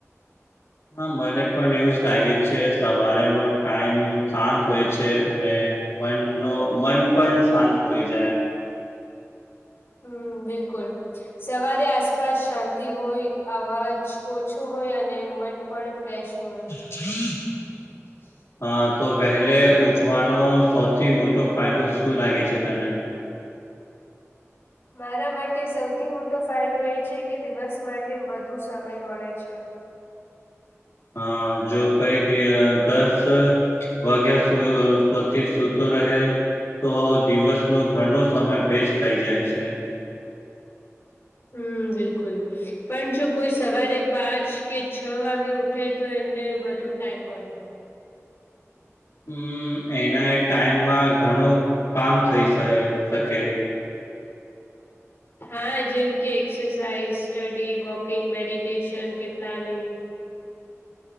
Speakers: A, on the left (about 70°); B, on the left (about 50°).
A: હા મને પણ એવું જ લાગે છે સવારેનો ટાઈમ શાંત હોય છે અને મન નો મન પણ શાંત હોઈ જાય
B: હમ્મ બિલકુલ સવારે આસપાસ શાંતિ હોય અવાજ ઓછો હોય અને મન પણ ફ્રેશ હોય
A: <inaudible>
B: <inaudible>
A: હા તો વહેલે ઉઠવાનો સૌથી મોટો ફાયદો શું લાગે છે તને
B: મારા માટે સૌથી મોટો ફાયદો એ છે કે દિવસ માટે વધુ સમય મળે છે
A: હા જો કઈ બીય દસ વગ્યા સુ સુધી સુતુ રહે તો દિવસનો ઘણો સમય વેસ્ટ થઇ જાય છે
B: હમ્મ બિલકુલ પણ જો કોઈ સવારે પાંચ કે છ વાગે ઉઠે તો એમને વધુ ટાઈમ મળે
A: હમ્મ એના એ ટાઈમમાં ઘણું કામ થઇ શાય શકે
B: હા જેમ કે એક્સરસાઇઝ સ્ટડી વોકિંગ મેડિટેશન કે પ્લાનિંગ